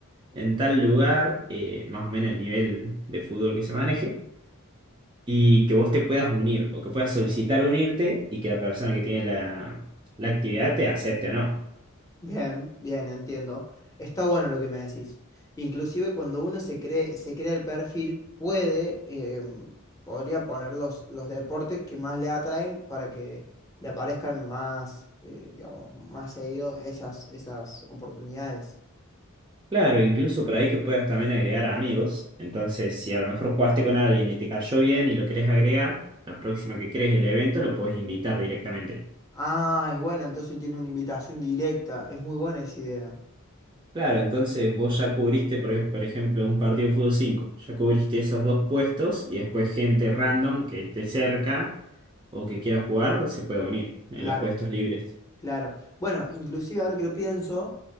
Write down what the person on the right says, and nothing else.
en tal lugar, eh, más o menos el nivel de fútbol que se maneje y que vos te puedas unir o que puedas solicitar unirte y que la persona que tiene la, la actividad te acepte o no.
Claro, incluso por ahí que puedas también agregar amigos. Entonces, si a lo mejor jugaste con alguien y te cayó bien y lo querés agregar, la próxima que crees el evento lo podés invitar directamente.
Claro, entonces vos ya cubriste, por ej- por ejemplo, un partido de fútbol 5 ya cubriste esos dos puestos y después gente random que esté cerca o que quiera jugar se puede unir en
los puestos libres.